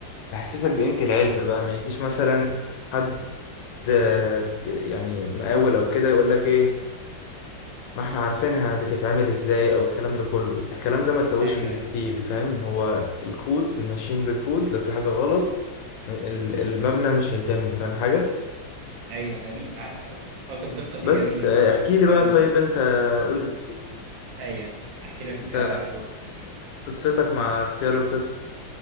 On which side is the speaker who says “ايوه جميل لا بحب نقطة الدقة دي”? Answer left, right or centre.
Right